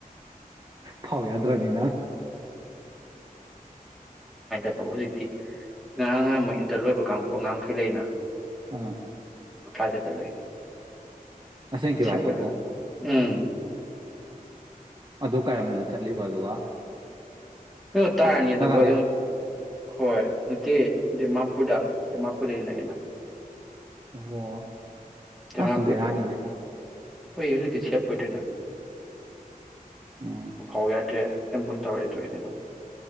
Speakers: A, on the right (about 30°); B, in the centre.
A: ꯐꯥꯎ ꯌꯥꯗ꯭ꯔꯃꯤꯅ
B: ꯍꯩ ꯍꯧꯖꯤꯛꯇꯤ ꯉꯔꯥꯡ ꯅꯍꯥꯟ ꯃꫭꯏ ꯏꯟꯇꯔꯟ ꯂꯣꯏꯕ ꯀꯥꯡꯕꯨ ꯑꯉꯥꯡꯈꯩ ꯂꯩꯅ
A: ꯑꯥ
B: ꯃꯈꯥꯗ ꯆꯠꯂꯦ
A: ꯑꯁꯦꯡꯀꯤꯔꯣ
B: ꯁꯦꯐ
A: ꯍꯥꯏꯁꯤꯕꯣ
B: ꯑꯣꯏꯗ ꯎꯝ
A: ꯑꯗꯨ ꯀꯔꯝꯗ ꯆꯠꯂꯤꯕ ꯑꯗꯨꯒ
B: ꯀꯩꯅꯣ ꯇꯥꯔꯅꯤ ꯑꯗꯨꯒ
A: ꯅꯥꯒꯥꯂꯦꯟ
B: ꯑꯗꯨꯝ ꯍꯣꯏ ꯅꯦ ꯗꯤꯃꯥꯄꯨꯔꯗ ꯗꯤꯃꯥꯄꯨꯔꯗꯅꯦ ꯅꯛꯑꯦꯅ
A: ꯑꯣ
B: ꯗꯤꯃꯥꯄꯨꯔꯗ
A: ꯑꯁ ꯕꯦꯔꯥꯅꯤꯍꯦ
B: ꯍꯣꯏ ꯍꯧꯖꯤꯛꯇꯤ ꯁꯦꯞ ꯑꯣꯏꯗ꯭ꯔꯦꯅ
A: ꯎꯝ
B: ꯐꯥꯎ ꯌꯥꯗ꯭ꯔꯦ ꯑꯦꯝꯕꯨꯁ ꯇꯧꯋꯥꯔꯤ ꯇꯣꯛ ꯑꯅꯦ ꯗꯨꯝ